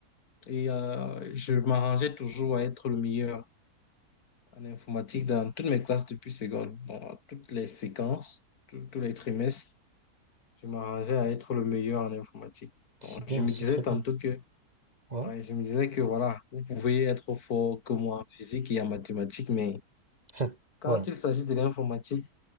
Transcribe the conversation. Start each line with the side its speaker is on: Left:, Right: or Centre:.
Left: Et euh, je m'arrangeais toujours à être le meilleur. en informatique dans toutes mes classes depuis seconde. Bon, à toutes les séquences, tous tous les trimestres, je m'arrangeais à être le meilleur en informatique.
Right: c'est
Left: Bon,
Right: bien,
Left: je me
Right: c'est
Left: disais
Right: très
Left: tantôt
Right: bien.
Left: que,
Right: Ouais,
Left: ouais, je me disais que voilà, vous pouvez être fort que moi en physique et en mathématiques, mais
Right: <laughs>
Left: quand
Right: ouais,
Left: il s'agit de l'informatique,